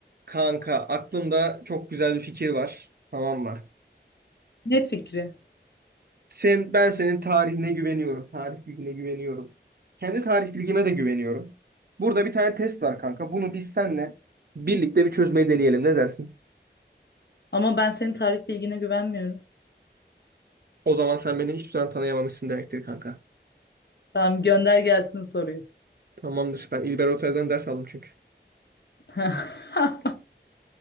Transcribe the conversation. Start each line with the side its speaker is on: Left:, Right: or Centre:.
Right: Kanka aklımda çok güzel bir fikir var. Tamam mı?
Left: Ne fikri?
Right: Sen, ben senin tarihine güveniyorum. Tarih bilgine güveniyorum. Kendi tarih bilgime de güveniyorum. Burada bir tane test var kanka. Bunu biz senle birlikte bir çözmeyi deneyelim. Ne dersin?
Left: Ama ben senin tarih bilgine güvenmiyorum.
Right: O zaman sen beni hiçbir zaman tanıyamamışsın demektir kanka.
Left: Tamam gönder gelsin soruyu.
Right: Tamamdır. Ben İlber Ortaylı'dan ders aldım çünkü.
Left: <laughs>